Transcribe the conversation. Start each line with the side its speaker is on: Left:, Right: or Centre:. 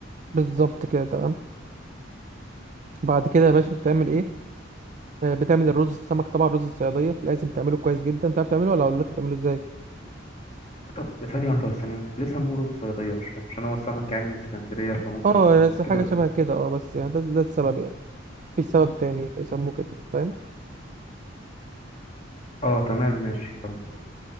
Right: بالظبط كده تمام بعد كده يا باشا بتعمل إيه آه، بتعمل الرز السمك طبعا رز الصيادية لازم تعمله كويس جدا بتعرف تعمله ولا أقول لك تعمله إزاي
Left: طب ثانية واحدة بس ثانية واحدة ليه سموه رز صيادية مش فاهم عشان هو السمك يعني من اسكندرية فممكن
Right: أه
Left: يكون
Right: بس حاجة
Left: كده ولا
Right: شبه
Left: ايه
Right: كده أه بس يعني ده ده السبب يعني في سبب تاني بيسموه كده فاهم
Left: اه تمام ماشي كمل